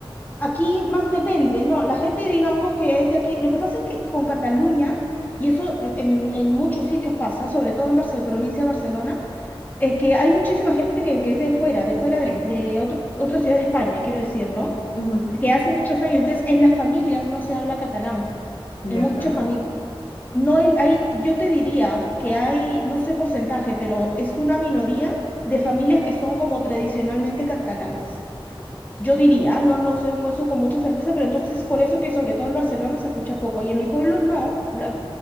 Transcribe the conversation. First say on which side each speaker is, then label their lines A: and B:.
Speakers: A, on the left (about 20°); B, on the left (about 70°).
A: aquí más depende, no, la gente digamos que es de aquí, lo que pasa es que con Cataluña, y eso en, en muchos sitios pasa, sobre todo en Barce- provincia de Barcelona, eh, que hay muchísima gente que, que es de fuera, de fuera de,
B: Sí.
A: de otro- otra ciudad de España, quiero decir, ¿no?
B: Ujú,
A: Que hace muchos años, entonces en las familias no se habla catalán,
B: Ya,
A: en muchas
B: claro.
A: familias. No el- hay, yo te diría que hay, no sé porcentaje, pero es una minoría de familias que son como tradicionalmente catalanas. Yo diría, no lo sé eso con mucha certeza, pero entonces por eso que sobre todo en Barcelona se escucha poco y en mi pueblo no. La-